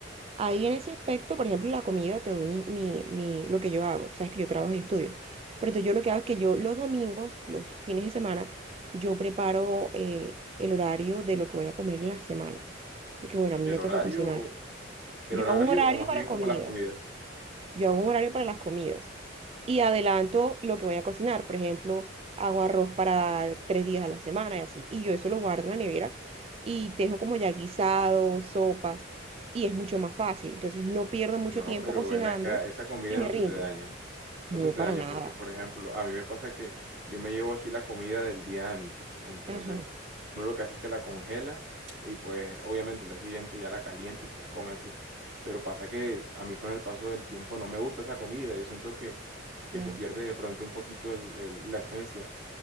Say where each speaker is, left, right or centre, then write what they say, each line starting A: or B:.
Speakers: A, on the right; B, on the right.
A: Ahí en ese aspecto, por ejemplo, la comida, te doy mi, mi, mi, lo que yo hago. Sabes que yo trabajo y estudio. Pero entonces yo lo que hago es que yo los domingos, los fines de semana, yo preparo eh, el horario de lo que voy a comer en la semana. Porque bueno, a mí
B: ¿el
A: me
B: horario
A: toca cocinar.
B: o el
A: Yo
B: horario
A: hago un horario
B: o más
A: para
B: bien
A: comida.
B: como las comidas?
A: Yo hago un horario para las comidas y adelanto lo que voy a cocinar. Por ejemplo, hago arroz para tres días a la semana y así. Y yo eso lo guardo en la nevera y dejo como ya guisados, sopas y es mucho más fácil. Entonces no pierdo mucho
B: No,
A: tiempo
B: pero
A: cocinando
B: ven acá, esa comida
A: y me
B: no
A: rinde.
B: se te daña. No
A: No,
B: se te
A: para
B: daña
A: nada.
B: porque, por ejemplo, a mí me pasa que yo me llevo aquí la comida del día antes. Entonces,
A: Ajá,
B: uno lo que hace es que la congela y pues obviamente la siguiente ya la calienta y se la come así. Pero pasa que a mí con el paso del tiempo no me gusta esa comida. Yo siento que, que
A: ya.
B: se pierde de pronto un poquito el- el- la esencia